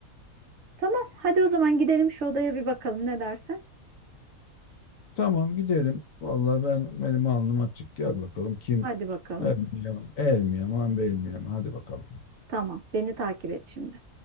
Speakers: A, on the right (about 65°); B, on the left (about 70°).
A: Tamam hadi o zaman gidelim şu odaya bir bakalım ne dersin?
B: Tamam gidelim. Vallahi ben benim alnım açık. Gel bakalım kim
A: Hadi bakalım.
B: el mi yaman, el mi yaman, bel mi yaman. Hadi bakalım.
A: Tamam beni takip et şimdi.